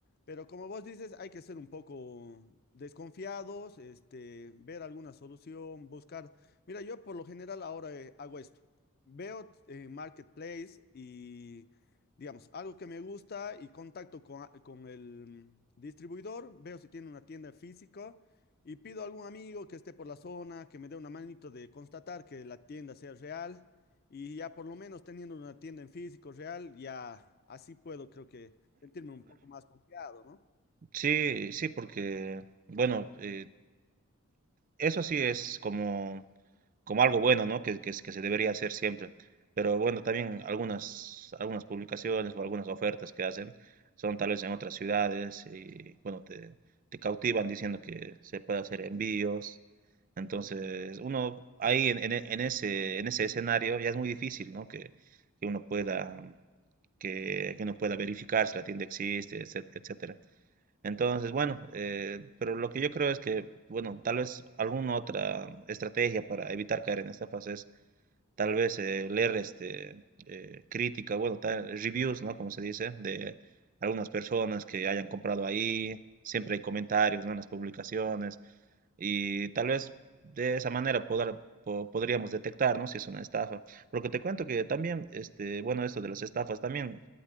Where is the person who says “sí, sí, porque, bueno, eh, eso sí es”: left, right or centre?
Right